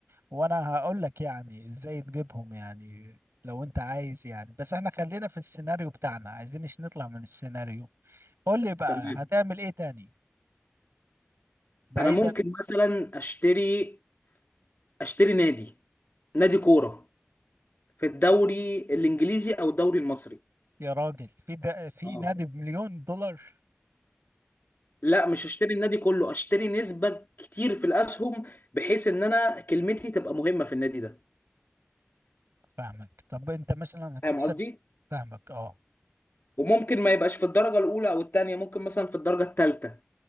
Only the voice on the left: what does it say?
تمام
انا ممكن مثلا اشتري اشتري نادي نادي كوره في الدوري الانجليزي او الدوري المصري
اه
لا مش هشتري النادي كله اشتري نسبة كتير في الاسهم بحيث ان انا كلمتي تبقى مهمة في النادي ده
فاهم قصدي
وممكن ما يبقاش في الدرجة الاولى او التانية ممكن مثلا في الدرجة التالتة